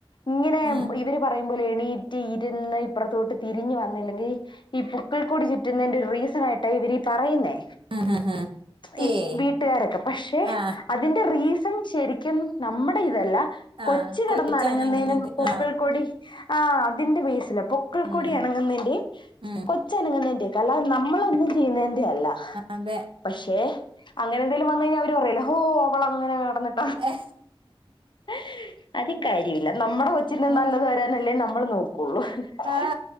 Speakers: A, on the left; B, on the right.
A: ഇങ്ങനെ
B: ഉം
A: ഇവര് പറയുമ്പോലെ ണീറ്റി ഇരുന്ന് ഇപ്പുറത്തോട്ട് തിരിഞ്ഞു വന്നില്ലെങ്കിൽ ഈ പുക്കൾ കൂടി ചുറ്റുന്നതിന്റെ ഒരു റീസൺ ആയിട്ടായി ഇവര് ഈ പറയുന്നേ
B: ഉം ഉം ഉം
A: ഈ
B: ഏയ്
A: വീട്ടുകാർ ഒക്കെ പക്ഷേ
B: ആ
A: അതിൻ്റെ റീസ ൺ ശരിക്കും നമ്മുടെ ഇതല്ല
B: ആ
A: കൊച്ച കിടന്നനങ്ങുന്നതിനതിനും
B: കൊച്ചനങ്ങുന്നുണ്ട്
A: പുക്കൾ
B: ആ
A: ക്കൊടി ആ അതിന്റെ ബേസില പൂക്കിൾ
B: ഉം
A: കൂടി അനങ്ങുന്നേന്റേം,
B: ഉം
A: കൊച്ചനങ്ങുന്നേന്റേം. കല നമ്മളൊന്നും ചെയ്യുന്നതിന്റെ അല്ല.
B: അതെ
A: പക്ഷേ അങ്ങനെ എന്തേലും വന്ന് കഴിഞ്ഞാൽ അവർ പറല്ലോ ഹോ അവളങ്ങനെ നടന്നട്ട്
B: ഏ.
A: എ അതി കാര്യമില്ല നമ്മുടെ കൊച്ചിനല്ലത്
B: അതെ
A: വരാനല്ലേ നമ്മൾ നോക്കുള്ളു. ഹ
B: ആ
A: ഹേ